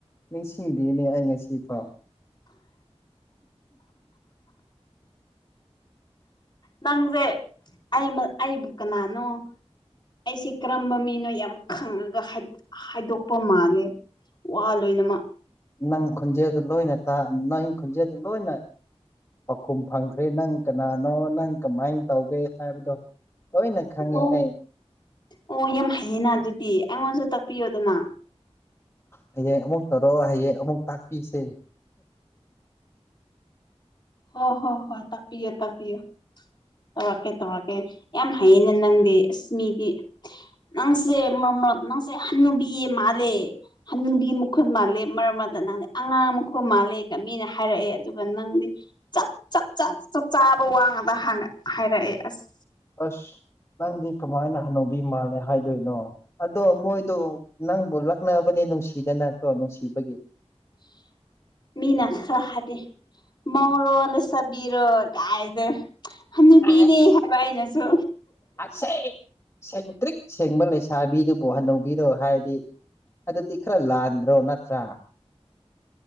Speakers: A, on the left; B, on the left.
A: ꯅꯤꯡꯁꯤꯡꯗꯅꯦ ꯑꯩ ꯉꯁꯤ ꯁꯤꯐꯥ
B: ꯅꯪꯁꯦ ꯑꯩ ꯑꯩꯕꯨ ꯀꯅꯥꯅꯣ ꯑꯩꯁꯦ ꯀꯔꯝꯕ ꯃꯤꯅꯣ ꯌꯥꯝ ꯈꯪꯉꯒ ꯍꯥꯏꯗꯣꯛꯄ ꯃꯥꯜꯂꯦ ꯋꯥ ꯂꯣꯏꯅꯃꯛ
A: ꯅꯪ ꯈꯨꯣꯟꯖꯦꯗ ꯂꯣꯏꯅ ꯇ ꯅꯪ ꯈꯨꯣꯟꯖꯦꯗ ꯂꯣꯏꯅ ꯄꯥꯎꯈꯨꯝ ꯐꯪꯈ꯭ꯔꯦ ꯅꯪ ꯀꯅꯥꯅꯣ ꯅꯪ ꯀꯃꯥꯏꯅ ꯇꯧꯒꯦ ꯍꯥꯏꯕꯗꯣ ꯂꯣꯏꯅ ꯈꯪꯉꯦ
B: ꯑꯣ
A: ꯑꯩ
B: ꯑꯣ ꯌꯥꯝ ꯍꯩꯌꯦꯅ ꯑꯗꯨꯗꯤ ꯑꯩꯉꯣꯟꯁꯨ ꯇꯥꯛꯄꯤꯌꯣꯗꯅ
A: ꯍꯌꯦꯡ ꯑꯃꯨꯛ ꯇꯧꯔꯣꯑꯣ ꯍꯌꯦꯡ ꯑꯃꯨꯛ ꯇꯥꯛꯄꯤꯁꯦ
B: ꯍꯣꯏ ꯍꯣꯏ ꯍꯣꯏ ꯇꯥꯛꯄꯤꯌꯣ ꯇꯥꯛꯄꯤꯌꯣ ꯇꯀꯦ ꯇꯦ ꯌꯥꯝ ꯍꯩꯌꯦꯅꯦ ꯅꯪꯗꯤ ꯑꯁꯃꯤꯗꯤ ꯅꯪꯁꯦ ꯃꯃꯠ ꯅꯪꯁꯦ ꯍꯨꯕꯤ ꯏ ꯃꯥꯜꯂꯦ ꯍ ꯅꯨꯕꯤ ꯃꯈꯨꯠ ꯃꯥꯜꯂꯦ ꯃꯔꯝ ꯑꯗꯨꯅ ꯅꯪ ꯑꯉꯥꯡ ꯃꯈꯨꯠ ꯃꯥꯜꯂꯦꯒ ꯃꯤꯅ ꯍꯥꯏꯔ ꯍꯥꯏꯔꯛꯑꯦ ꯑꯗꯨꯒ ꯅꯪꯗꯤ ꯆꯞ ꯆꯞ ꯆ ꯆꯞ ꯆꯥꯕ ꯋꯥꯡꯉꯗ ꯍꯥꯏꯔꯛꯑꯦ ꯑꯁ
A: ꯑꯁ ꯅꯪꯗꯤ ꯀꯃꯥꯏꯅ ꯍꯅꯧꯕꯤ ꯃꯥꯜꯂꯦ ꯍꯥꯏꯗꯣꯏꯅꯣ ꯑꯗꯣ ꯃꯣꯏꯗꯣ ꯅꯪꯕꯨ ꯂꯛꯅꯕꯅꯤꯅ ꯅꯨꯡꯁꯤꯗꯅ ꯀꯣ ꯅꯨꯡꯁꯤꯕꯒꯤ
B: <unintelligible> ꯃꯤꯅ ꯈꯔ ꯍꯥꯏꯗꯤ ꯃꯧꯔꯣ ꯂꯩꯁꯕꯤꯔꯣ ꯀꯥꯏꯗꯦ ꯅꯨꯄꯤꯅꯦ
A: ꯑꯁ
B: ꯍꯥꯏꯕꯅꯁꯨ
A: ꯑꯁꯦꯡ ꯁꯦꯡꯇ꯭ꯔꯤꯛ ꯁꯦꯡꯕ ꯂꯩꯁꯥꯕꯤꯗꯨꯕꯨ ꯍꯟꯅꯧꯕꯤꯔꯣ ꯍꯥꯏꯗꯤ ꯑꯗꯨꯗꯤ ꯈꯔ ꯂꯥꯟꯗ꯭ꯔꯣ ꯅꯠꯇ꯭ꯔꯥ